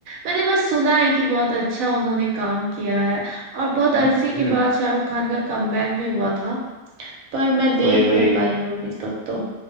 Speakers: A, on the right; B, on the left.
A: मैंने बस सुना है कि बहुत अच्छा उन्होंने काम किया है और बहुत
B: हम्म
A: अरसे
B: हम्म,
A: के बाद शाहरुख खान का कमबैक भी हुआ था पर मैं देख
B: वही वही
A: नहीं पाई हूँ अभी तक तो